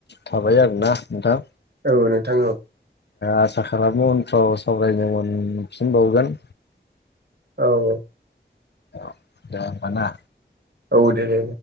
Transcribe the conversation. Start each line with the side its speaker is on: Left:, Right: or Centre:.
Left: थाबाय आरोना नोंथां
Right: औ नोंथां औ
Left: आसा खालामो उनफ्राव सावरायनो मोनफिनबावगोन
Right: औ
Left: औ दे होनबा ना
Right: औ देे दे